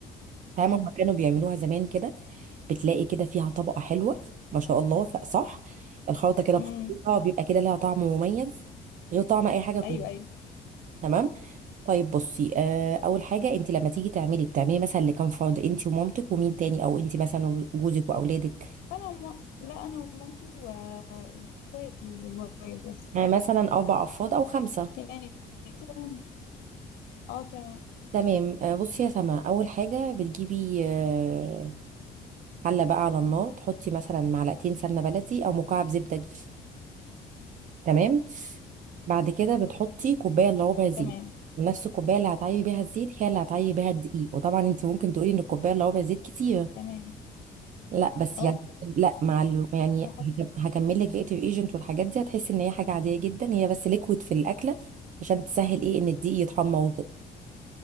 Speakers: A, on the right; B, on the left.
A: فاهمة
B: ايوه
A: هما كانوا بيعملوها زمان كده بتلاقي كده فيها طبقة حلوة ما شاء الله ف- صح الخلطة كده
B: امم
A: بخطوطها بيبقى كده لها طعم مميز غير طعم اي حاجة كنت
B: ايوه ايوه
A: تمام طيب بصي آه اول حاجة انتي لما تيجي تعملي بتعملي مثلا لكام فرد انتي ومامتك ومين تاني او انتي مثلا وجوزك واولادك
B: انا وم... لا انا ومامتي و... واخواتي وبابايا بس
A: يعني مثلا اربع افراد او خمسة
B: يعني مثلا اه تمام
A: تمام آه بصي يا سما اول حاجة بتجيبي آه، حله بقى على النار تحطي مثلا معلقتين سمنه بلدي او مكعب زبده دي تمام بعد كده بتحطي كوبايه الا ربع زيت
B: تمام
A: ونفس الكوبايه اللي هتعيبي بيها الزيت هي اللي هتعيبي بيها الدقيق وطبعا انت ممكن تقولي ان الكوبايه الا ربع زيت كتير
B: تمام
A: لا بس
B: اه
A: يعني لا مع ال... يعني
B: محط
A: هكمل لك بقيه الايجنت والحاجات دي هتحسي ان هي حاجه عاديه جدا هي بس ليكويد في الاكله عشان تسهل ايه ان الدقيق يتحمر وكده